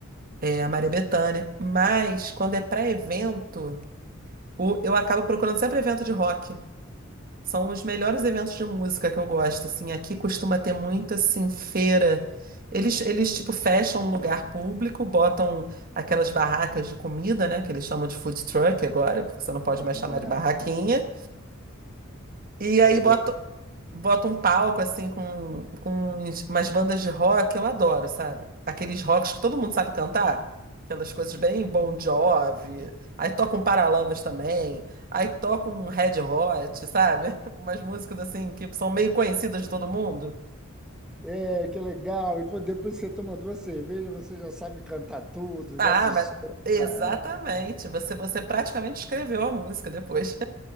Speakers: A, on the right (about 45°); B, in the centre.
A: é, a Maria Bethânia, mas quando é para evento, o- eu acabo procurando sempre evento de rock. São os melhores eventos de música que eu gosto, assim. Aqui costuma ter muito, assim, feira. Eles, eles, tipo, fecham um lugar público, botam aquelas barracas de comida, né? Que eles chamam de food truck agora, porque você não pode mais
B: <laughs>
A: chamar de barraquinha. E aí
B: É, é, vo-
A: botam, bota um palco assim com, com uns- umas bandas de rock, eu adoro, sabe? Aqueles rocks que todo mundo sabe cantar. Aquelas coisas bem Bon Jovi. Aí toca um Paralamas também. Aí toca um Red Hot, sabe? <laughs> Umas músicas assim que são meio conhecidas de todo mundo.
B: é, que legal! E quando depois você toma duas cervejas, você já sabe cantar tudo,
A: Ah,
B: já se
A: mas
B: solta.
A: exatamente. Você, você praticamente escreveu a música depois.